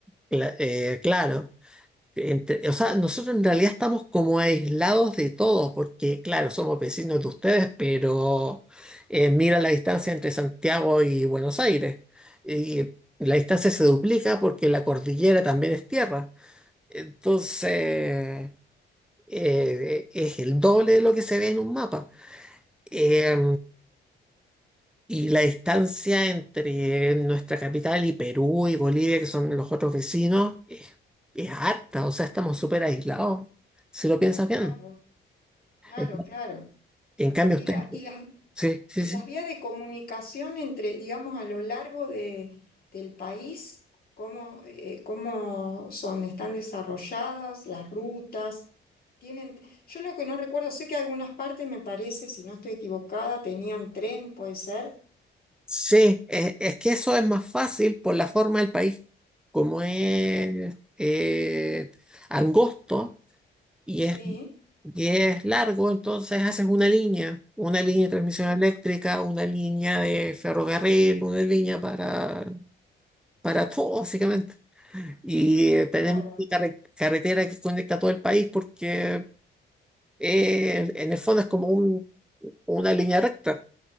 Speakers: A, in the centre; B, on the left.
A: Cla- eh, claro. entre- o sea, nosotros en realidad estamos como aislados de todos, porque claro, somos vecinos de ustedes, pero eh, mira la distancia entre Santiago y Buenos Aires. Y la distancia se duplica porque la cordillera también es tierra. Entonces, eh, eh, es el doble de lo que se ve en un mapa. Eh, y la distancia entre nuestra capital y Perú y Bolivia, que son los otros vecinos, es, es harta, o sea, estamos súper aislados, si lo piensas bien.
B: Claro, claro,
A: En
B: claro.
A: en cambio,
B: Y,
A: usted,
B: la, y, las,
A: sí, sí,
B: y
A: sí.
B: las vías de comunicación entre, digamos, a lo largo de, del país, ¿cómo, eh, cómo son? ¿Están desarrolladas las rutas? Tienen, yo lo que no recuerdo, sé que algunas partes me parece, si no estoy equivocada, tenían tren, puede ser.
A: Sí, es, es que eso es más fácil por la forma del país, como es
B: No.
A: eh, angosto y
B: Sí,
A: es, y es largo, entonces haces una línea, una línea de transmisión
B: sí,
A: eléctrica, una línea de ferrocarril, una línea para para todo, básicamente. Y eh, tenemos
B: claro,
A: una carre- carretera que conecta todo el país porque eh, en el fondo es como un- una línea recta.